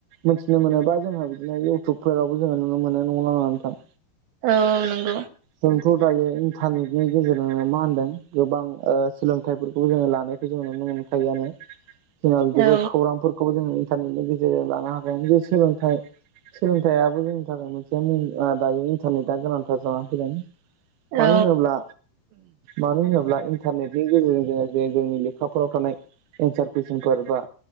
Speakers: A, on the right; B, on the right.
A: मोन्थिनो मोन बा जोंहा बिदिनो इउथटुबफोरावबो जोङो नुनो मोनो नंगौना नङा नोंथां।
B: औ नंगौ।
A: जोंथ' दायो इन्टारनेटनि गेजेरजोंनो मा होनदों गोबां ओ सोलोंथाइफोरखौ जोङो लानाय जों नुनो मोनखायो आनो जोंहा
B: औ
A: बिदिबो
B: औ
A: खौरांफोरखौबो जोङो इन्टारनेटनि गेजेरजों लानो हाखाया जे सोलोंथाइ सोलोंथायाबो जोंनि थाखाय मोनसे मुं ओ दायो इन्टारनेटआ गोनांथार जानानै फैदों।
B: औ
A: मानो होनोब्ला मानो होनोब्ला इन्टारनेटनि गेजेरजों जोङो जे जोंनि लेखाफोराव थानाय एन्सार कुइसनफोर बा